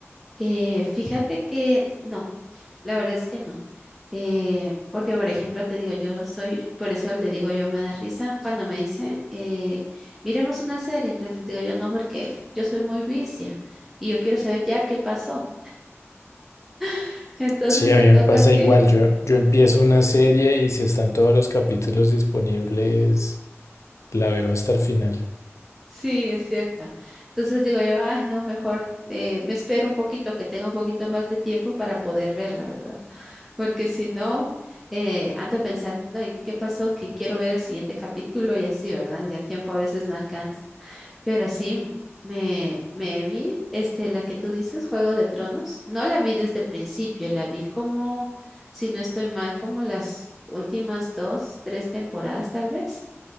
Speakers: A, in the centre; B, on the left (about 85°).
A: Eh, fíjate que no. La verdad es que no. Eh, porque, por ejemplo, te digo, yo soy, por eso le digo yo me da risa cuando me dicen, eh, miremos una serie. Entonces les digo yo no, porque yo soy muy vicia y yo quiero saber ya qué pasó. <laughs> Entonces
B: Sí, a
A: me
B: mí
A: toca
B: me pasa
A: que,
B: igual. Yo, yo empiezo una serie y si están todos los capítulos disponibles, la veo hasta el final.
A: sí, es cierto. Entonces digo yo, ay, no, mejor eh, me espero un poquito, que tenga un poquito más de tiempo para poder verla, ¿verdad? Porque si no, eh, ando pensando en qué pasó, que quiero ver el siguiente capítulo y así, ¿verdad? Y el tiempo a veces no alcanza. Pero sí, me, me vi, este, la que tú dices, Juego de Tronos, no la vi desde el principio, la vi como, si no estoy mal, como las últimas dos, tres temporadas tal vez,